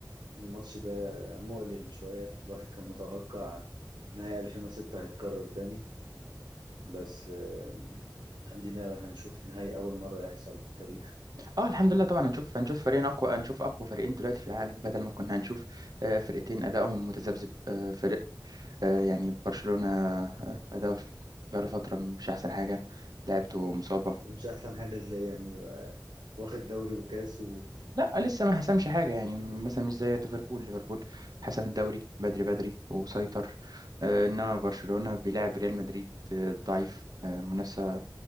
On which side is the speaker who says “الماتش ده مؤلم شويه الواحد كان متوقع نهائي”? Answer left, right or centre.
Right